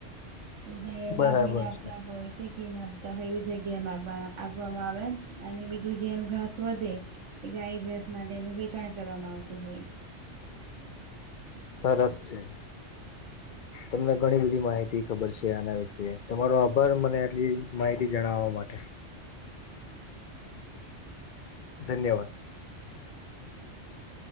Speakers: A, on the right (about 75°); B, on the left (about 55°).
A: હ બાફવીને
B: બરાબર
A: આપતા
B: છે
A: હોય કને આપતા હોય એવી જગ્યામાં આપવામાં આવે અને બીજું જેનું ઘાસ વધે એ ગાય ભેસ માટેનું વેચાણ કરવામાં આવતું હોય
B: સરસ છે તમને ઘણી બધી માહિતી ખબર છે આના વિશે તમારો આભાર મને આટલી માહિતી જણાવવા માટે ધન્યવાદ
A: હમ